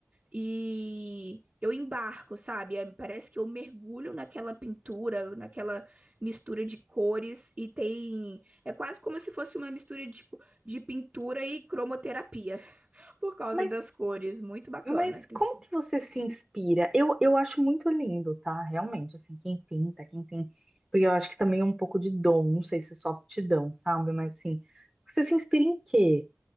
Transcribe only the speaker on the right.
E eu embarco, sabe? É, Parece que eu mergulho naquela pintura, naquela mistura de cores. E tem. É quase como se fosse uma mistura de, tipo, de pintura e cromoterapia, <laughs> por causa
das cores. Muito bacana.
Tem
sido